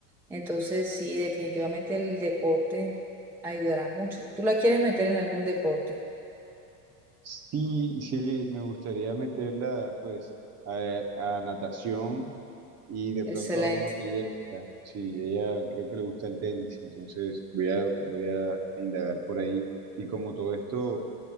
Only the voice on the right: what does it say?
Sí, sí, me gustaría meterla pues a, a natación y de
pronto a uno que ella, sí, ella creo que le gusta el tenis, entonces voy a, voy a indagar por ahí. Y como todo esto...